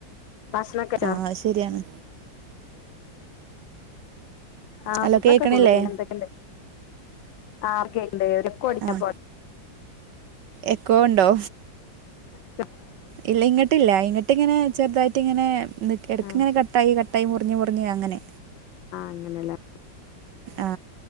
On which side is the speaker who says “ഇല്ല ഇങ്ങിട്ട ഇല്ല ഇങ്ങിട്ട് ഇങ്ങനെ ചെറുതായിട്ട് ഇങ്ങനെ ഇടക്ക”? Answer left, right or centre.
Right